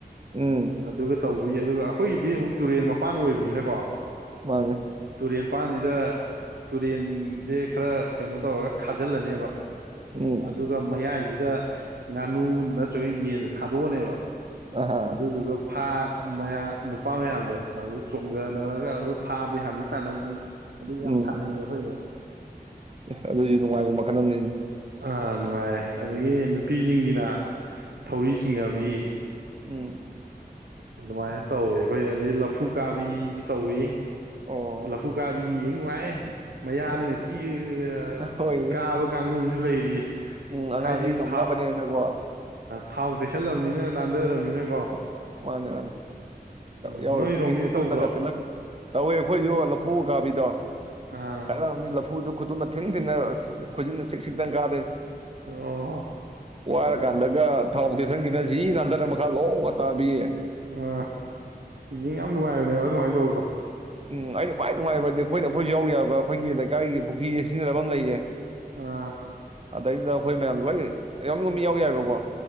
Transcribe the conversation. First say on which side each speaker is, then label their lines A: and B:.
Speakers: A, on the right (about 40°); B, on the right (about 75°).
A: ꯎꯝ
B: ꯑꯗꯨꯒ ꯇꯧ ꯎꯏ ꯑꯗꯨꯒ ꯑꯩꯈꯣꯏꯒꯤꯗꯤ ꯑꯃꯨꯛ ꯇꯨꯔꯦꯟ ꯃꯄꯥꯟ ꯑꯣꯏꯕꯅꯤꯅꯀꯣ
A: ꯃꯥꯅꯦ
B: ꯇꯨꯔꯦꯟ ꯄꯥꯟꯁꯤꯗ ꯇꯨꯔꯦꯟꯁꯦ ꯈꯔ ꯀꯩꯅꯣ ꯇꯧꯔꯒ ꯈꯥꯖꯤꯜꯂꯅꯦꯕ
A: ꯎꯝ
B: ꯑꯗꯨꯒ ꯃꯌꯥꯏꯁꯤ ꯁꯤꯗ ꯉꯥꯅꯨ ꯅꯠꯇ꯭ꯔꯒ ꯌꯦꯟꯁꯦ ꯊꯥꯗꯣꯛꯑꯅꯦꯕ
A: ꯑꯍꯥ
B: ꯑꯗꯨꯗꯨꯒ ꯥ <unintelligible> ꯃꯌꯥꯝ ꯅꯨꯄꯥ ꯃꯌꯥꯝꯁꯦ ꯑꯗꯨ ꯆꯣꯡꯗꯅꯔꯒ ꯑꯗꯨ ꯐꯥꯕꯤ ꯍꯥꯕꯤ ꯇꯥꯟꯅꯕꯤ ꯑꯗꯨ
A: ꯎꯝ
B: ꯌꯥꯝ ꯁꯥꯟꯅꯩꯌꯦ ꯑꯩꯈꯣꯏꯁꯦ
A: ꯑꯦ ꯑꯗꯨꯁꯨ ꯅꯨꯡꯉꯥꯏꯕ ꯃꯈꯜ ꯑꯃꯅꯤꯅꯤ
B: ꯑ ꯅꯨꯡꯉꯥꯏ ꯑꯗꯒꯤ ꯅꯨꯄꯤꯁꯤꯡꯒꯤꯅ ꯊꯧꯔꯤ ꯆꯤꯡꯅꯕꯤ
A: ꯎꯝ
B: ꯑꯗꯨꯃꯥꯏꯅ ꯇꯧꯋꯤ ꯑꯩꯈꯣꯏ ꯑꯩ ꯂꯐꯨ ꯀꯥꯕꯤꯁꯨ ꯇꯧꯋꯤ
A: ꯑꯣ
B: ꯂꯐꯨ ꯀꯥꯕꯤ ꯌꯦꯡ ꯅꯨꯡꯉꯥꯏ ꯃꯌꯥꯅꯒ
A: ꯏꯁ
B: ꯆꯤꯛꯑꯒ
A: ꯍꯣꯏꯅꯦ
B: ꯀꯥꯕ ꯀꯥꯡꯕꯨ ꯑꯃꯁꯨ ꯂꯩꯔꯤ
A: ꯎꯝ ꯑꯉꯥꯡꯈꯩ
B: ꯍꯥꯏꯗꯤ
A: ꯉꯝꯅꯕꯅꯦꯅꯀꯣ
B: ꯊꯥꯎ ꯊꯥꯎ ꯇꯩꯁꯜꯂꯕꯅꯤꯅ ꯅꯥꯟꯗꯔꯕꯅꯤꯅ ꯀꯣ
A: ꯃꯥꯅꯦ ꯃꯥꯅꯦ
B: ꯎꯝ
A: ꯌꯥꯎꯤꯔꯃꯤꯅꯦ
B: ꯅꯣꯏꯔꯣꯝꯒꯤꯗꯤ
A: ꯀꯨꯇꯨꯝꯅꯒ
B: ꯇꯧꯗ꯭ꯔꯣ
A: ꯊꯤꯜꯂꯛ ꯇꯧꯋꯦ ꯑꯩꯈꯣꯏꯁꯨ ꯊꯨꯒꯕꯤꯗꯣ
B: ꯑꯥ
A: ꯈꯔꯝꯗꯤ ꯂꯐꯨꯗꯣ ꯈꯨꯇꯨꯝꯅ ꯊꯤꯟ ꯊꯤꯅ ꯈꯨꯖꯤꯟꯅ ꯆꯛꯁꯤꯛꯇ ꯀꯥ
B: ꯑꯣ
A: <unintelligible> ꯀꯥꯟꯗꯒ ꯊꯥꯎ ꯀꯦꯛꯊꯟꯈꯤꯅ ꯖꯤ ꯅꯥꯟꯊꯔ ꯃꯈꯥ ꯂꯣꯡ <unintelligible>
B: ꯑ ꯌꯦꯡ ꯌꯥꯝ ꯅꯨꯡꯉꯥꯏꯕꯅꯦꯕ ꯑꯗꯨꯃꯥꯏꯅ ꯇꯧꯕꯗꯣ
A: ꯎꯝ ꯑꯩꯅ ꯈ꯭ꯋꯥꯏ ꯅꯨꯡꯉꯥꯏꯕꯗꯤ ꯑꯩꯈꯣꯏꯗ ꯑꯩꯈꯣꯏꯁꯨ ꯌꯥꯎ ꯌꯥꯕ ꯑꯩꯈꯣꯏꯒꯤ ꯂꯩꯀꯥꯏꯒꯤ ꯄꯨꯈ꯭ꯔꯤꯁꯦ ꯁꯤꯖꯤꯟꯅꯕ ꯑꯃ ꯂꯩꯌꯦ
B: ꯑꯥ
A: ꯑꯗꯩꯗꯨꯗ ꯑꯩꯈꯣꯏ ꯃꯌꯥꯝꯗ ꯂꯣꯏ ꯌꯥꯎꯅꯤꯡꯕ ꯃꯤ ꯌꯥꯎ ꯌꯥꯏꯌꯦꯕꯀꯣ